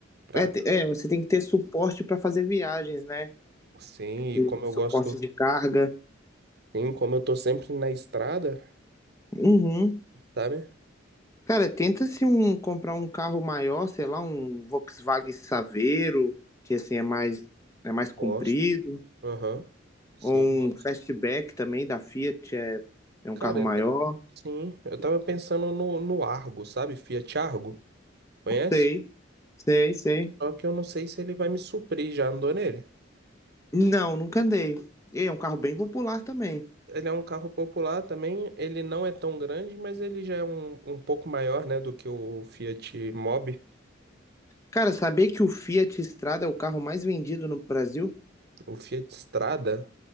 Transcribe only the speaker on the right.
Pra...
Sim,
e como eu
gosto,
sim, como eu tô sempre na estrada,
sabe?
Gosto.
Aham. Sim,
gosto.
Cara,
eu
ta- sim, eu tava pensando no, no Argo, sabe? Fiat Argo. Conhece?
Só que eu não sei se ele vai me suprir, já andou nele.
Ele é um carro popular também, ele não é tão grande, mas ele já é um, um pouco maior, né, do que o Fiat Mobi,
o Fiat Strada,